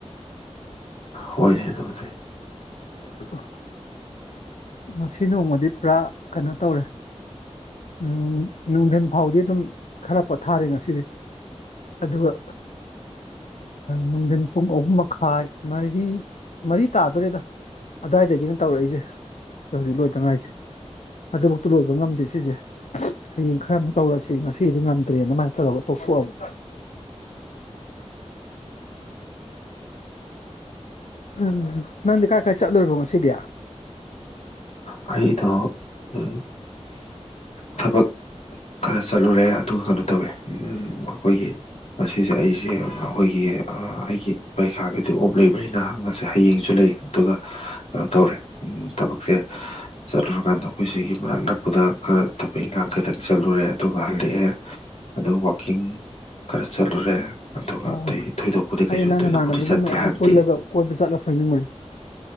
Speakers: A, on the left (about 70°); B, on the left (about 80°).
A: ꯍꯣꯏꯅꯦ ꯑꯗꯨꯕꯨꯗꯤ
B: <unintelligible> ꯉꯁꯤ ꯅꯣꯡꯃꯗꯤ ꯄꯨꯔꯥ ꯀꯩꯅꯣ ꯇꯧꯔꯦ ꯎꯝ ꯅꯨꯡꯗꯤꯟ ꯐꯥꯎꯗꯤ ꯑꯗꯨꯝ ꯈꯔ ꯄꯣꯊꯥꯔꯦ ꯉꯁꯤꯗꯤ ꯑꯗꯨꯒ ꯅꯨꯡꯗꯤꯟ ꯄꯨꯡ ꯑꯍꯨꯝ ꯃꯈꯥꯏ ꯃꯔꯤ ꯃꯔꯤ ꯇꯥꯗꯧꯔꯦꯗ ꯑꯗꯥꯏꯗꯒꯤꯅꯦ ꯇꯧꯔꯛꯏꯖꯦ ꯍꯧꯖꯤꯛ ꯂꯣꯏꯇꯉꯥꯏꯖꯦ ꯑꯗꯨꯃꯛꯇ ꯂꯣꯏꯕ ꯉꯝꯗꯦ ꯁꯤꯖꯦ ꯍꯌꯦꯡ ꯈꯔ ꯑꯃꯨꯛ ꯇꯧꯔꯁꯤ ꯉꯁꯤꯗꯤ ꯉꯝꯗ꯭ꯔꯦ ꯑꯗꯨꯃꯥꯏꯟ ꯇꯧꯔꯒ ꯇꯧꯊꯣꯛꯑ <unintelligible> ꯅꯪꯗꯤ ꯀꯥꯏ ꯀꯥꯏ ꯆꯠꯂꯨꯔꯕꯣ ꯉꯁꯤꯗꯤ
A: ꯑꯩꯗꯣ ꯎꯝ ꯊꯕꯛ ꯈꯔ ꯆꯠꯂꯨꯔꯦ ꯑꯗꯨꯒ ꯀꯩꯅꯣ ꯇꯧꯋꯦ ꯑꯩꯈꯣꯏꯒꯤ ꯉꯁꯦ ꯑꯩꯁꯦ ꯑꯩꯈꯣꯏꯒꯤ ꯑꯩꯒꯤ ꯄꯔꯤꯈꯥꯒꯤꯗꯤ ꯑꯣꯞ ꯂꯩꯕꯅꯤꯅ ꯉꯁꯤ ꯍꯌꯦꯡꯁꯨ ꯂꯩ ꯑꯗꯨꯒ ꯀꯩꯅꯣ ꯇꯧꯔꯦ ꯊꯕꯛꯁꯦ ꯆꯠꯂꯨꯔꯀꯥꯟꯗ ꯑꯩꯈꯣꯏ ꯁꯤꯒꯤ ꯃꯅꯥꯛ ꯅꯛꯄꯗ ꯈꯔ ꯊꯕꯛ ꯏꯪꯈꯥꯡ ꯈꯇꯪ ꯆꯠꯂꯨꯔꯦ ꯑꯗꯨꯒ ꯍꯜꯂꯛꯑꯦ ꯑꯗꯨ ꯋꯥꯛꯀꯤꯡ ꯈꯔ ꯆꯠꯂꯨꯔꯦ ꯑꯗꯨꯒ
B: ꯑꯣ
A: ꯑꯇꯩ ꯊꯣꯏꯗꯣꯛꯄꯗꯤ
B: ꯑꯩ
A: ꯀꯩꯁꯨ
B: ꯅꯪ
A: ꯊꯣꯏꯗꯣꯛꯄꯗꯤ
B: ꯅꯃꯥꯟꯅꯕꯁꯤꯡ
A: ꯆꯠꯇ꯭ꯔꯦ
B: ꯃꯌꯥꯝ
A: ꯍꯥꯏꯕꯗꯤ
B: ꯄꯨꯜꯂꯒ ꯀꯣꯏꯕ ꯆꯠꯂ ꯈꯣꯏꯅꯤꯡꯕꯅꯦ